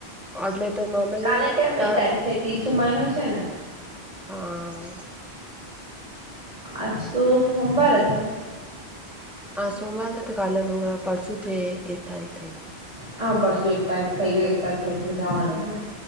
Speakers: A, in the centre; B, on the right (about 40°).
A: એટલે તો મામારી
B: કાલે કેમ
A: ચાર
B: એક તારીક થય તીશું મહિનો છે ને.
A: હા.
B: આજ તો સોમવાર હતા.
A: હા સોમવારને તો કાલે મ પડશું થ એક તારીખ થઈ ગઈ.
B: હા પરસું એક તારીખ થઈ ગય એક તારીખ લઈસ જવાનુંને.